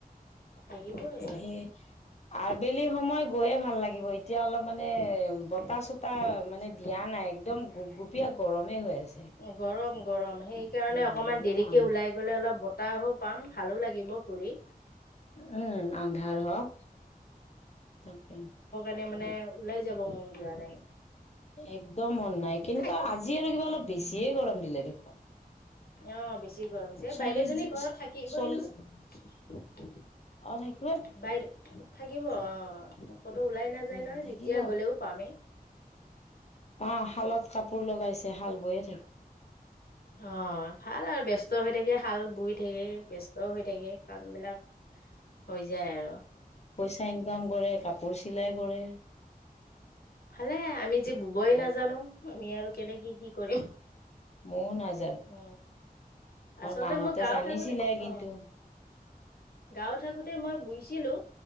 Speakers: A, on the left (about 75°); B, on the left (about 45°).
A: লাগিবই
B: হে আবেলি
A: আৰু
B: সময় গৈয়ে ভাল লাগিব। এতিয়া অলপ মানে বতাহ-চতাহ মানে দিয়া না নাই একদম গোপ-গোপীয়া গৰমে হৈ আছে।
A: গৰম, গৰম। সেইকাৰণে
B: উম
A: অকমান
B: অলপ
A: দেৰিকে
B: আন্ধাৰ
A: ওলাই গ'লে অলপ বতাহো পাম। ভালো লাগিব ঘূৰি।
B: উম আন্ধাৰ হওঁক তাকে।
A: মানে মানে ওলাই যাব মন যোৱা নাই।
B: একদম মন নাই কেনেকুৱা
A: থাক
B: আজি আৰু কিবা অলপ বেছিয়ে গৰম দিলে দেখোন।
A: অ, বেছি গৰম হৈছে। এ
B: চল্লিশ
A: বাইদেউজনী ঘৰত থাকিবই
B: চল্লি
A: নহয়।
B: অ থাকি-
A: বাইদ- খাই দিব অ'। ক'তো ওলাই নাযায়
B: উম
A: নহয়,
B: থাকিব
A: যেতিয়া গ'লেও পামেই। <unintelligible>
B: অ' শালত কাপোৰ লগাইছে, শাল বৈ
A: অ' ভাল আৰু। ব্যস্ত হৈ থাকে, শাল বৈ থাকে। ব্যস্ত হৈ থাকে কামবিলাক হৈ যায় আৰু
B: তাই ইনকাম কৰে কাপোৰ চিলাই কৰে
A: ভালে আমি যে বুবই
B: আৰু
A: নাজানো আমি আৰু কেনেকে কি কৰিম
B: মও নাজা
A: উ আচলতে
B: মাহঁতে
A: মই গাঁৱত
B: জানিছিলে
A: থাকোতে
B: কিন্তু
A: অ গাঁৱত থাকোতে মই বুজিছিলো।